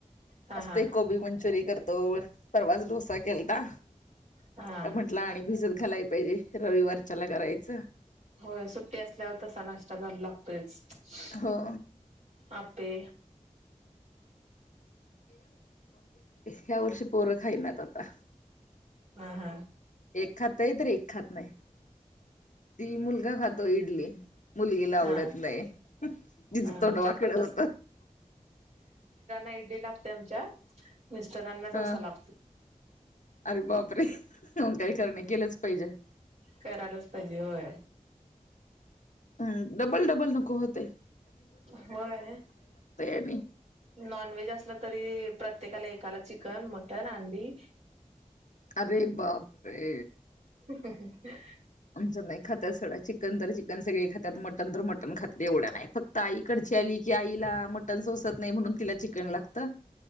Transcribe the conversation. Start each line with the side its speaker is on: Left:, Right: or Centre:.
Right: हा
Left: असत
Right: हा
Left: कोबी मंचुरीि करतो परवाच डोसा केलता
Right: हा
Left: तर म्हंटला आणि भिजत घालाय पाहिजे रविवारच्याला करायचं
Right: होय सुट्टी असल्यावर तसा नाश्ता कराला लागतोयच
Left: हो
Right: आपे
Left: ह वर्षी पोरं खायनत आता
Right: हा हा
Left: एक खातय तर एक खात नाही ती मुलगा खातो इडली मुलगीला आवडत
Right: हा
Left: नाही तिचं
Right: हा
Left: तोंडवाकड
Right: आमच्यात पण
Left: होत
Right: ला आमच्या मिस्टरांना डोसा
Left: अ
Right: ला
Left: अरे बापरे काही करणे केलंच पाहिजे
Right: करायलाच पाहिजे होय
Left: अ डबल डबल नको होते
Right: होय
Left: आणि
Right: नॉन व्हेज असलं तरी प्रत्येकाला एकाला चिकन मटन अंडी
Left: अरे बापरे
Right: ह हम ह
Left: आमच नाही खात सोडा चिकन तर चिकन सगळे खातात मटन तर मटन खातात एवढ्या नाही फक्त आईकडची आली की आईला मटन सोसत नाही म्हणून तिला चिकन लागत